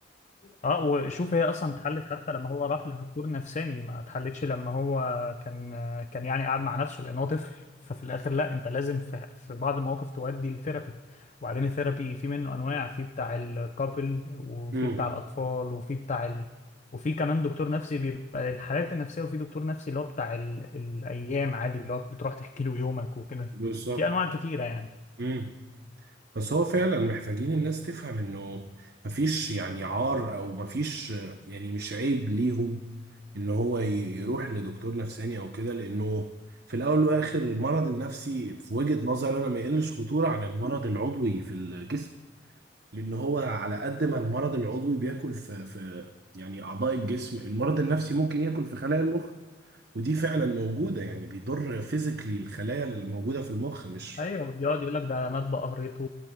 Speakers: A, on the left; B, on the right.
A: اه وشوف هي اصلا اتحلت حتى لما هو راح لدكتور نفساني ما اتحلتش لما هو كان كان يعني قاعد مع نفسه لان هو طفل ففي الاخر لا انت لازم في, في بعض المواقف تودي الثيرابي وبعدين الثيرابي في منه انواع في بتاع الكابل وفي
B: امم
A: بتاع الاطفال وفي بتاع ال... وفي كمان دكتور نفسي بيبقى الحالات النفسيه وفي دكتور نفسي اللي هو بتاع ال... الايام عادي اللي هو بتروح تحكي له يومك وكده
B: بالظبط
A: في انواع كتيره يعني
B: امم بس هو فعلا محتاجين الناس تفهم انه مفيش يعني عار او مفيش يعني مش عيب ليهم ان هو ي- يروح لدكتور نفساني او كده لانه في الاول والاخر المرض النفسي في وجهة نظري انا ما يقلش خطورة عن المرض العضوي في الجسم لان هو على قد ما المرض العضوي بياكل في في يعني اعضاء الجسم المرض النفسي ممكن ياكل في خلايا المخ ودي فعلا موجودة يعني بيضر فيزيكلي الخلايا الموجودة في المخ مش
A: ايوه بيقعد يقول لك ده مات بقهرته